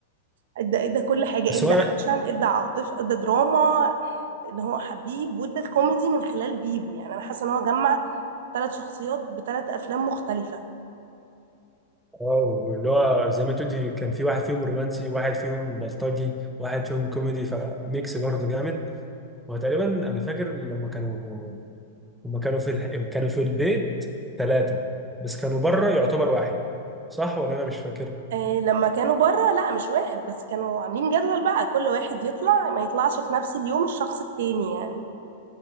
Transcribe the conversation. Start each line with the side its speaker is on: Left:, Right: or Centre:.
Right: ادى ادى كل حاجه
Centre: بس
Right: ادى
Centre: هو
Right: اكشن ادى عاطف ادى دراما ان هو حبيب وادى الكوميدي من خلال بيبو يعني انا حاسه ان هو جمع ثلاث شخصيات بثلاث افلام مختلفه
Centre: اه اللي هو زي ما تقولي كان في واحد فيهم رومانسي واحد فيهم بلطجي واحد فيهم كوميدي فميكس برضه جامد هو تقريبا انا فاكر لما كانوا هما كانوا في الح... كانوا في البيت ثلاثة بس كانوا بره يعتبر واحد صح ولا أنا مش فاكر
Right: إيه لما كانوا بره لا مش واحد بس كانوا عاملين جدول بقى كل واحد يطلع ما يطلعش في نفس اليوم الشخص التاني يعني